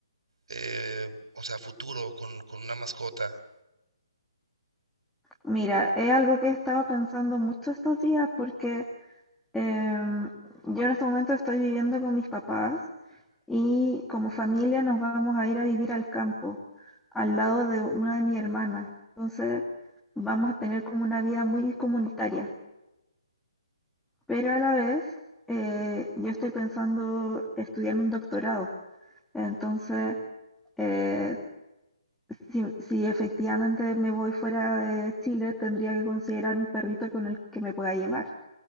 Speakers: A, on the right; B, in the centre.
A: eh, o sea, futuro con, con una mascota?
B: Mira, es algo que he estado pensando mucho estos días porque Em, yo en este momento estoy viviendo con mis papás y como familia nos vamos a ir a vivir al campo, al lado de una de mis hermanas. Entonces vamos a tener como una vida muy comunitaria, pero a la vez eh, yo estoy pensando estudiar un doctorado. Entonces, eh, si, si efectivamente me voy fuera de Chile, tendría que considerar un perrito con el que me pueda llevar,